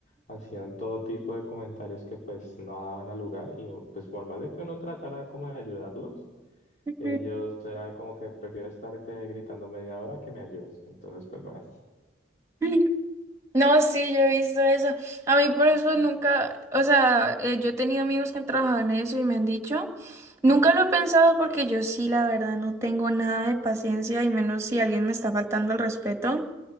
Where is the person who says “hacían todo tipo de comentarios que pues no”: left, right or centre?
Left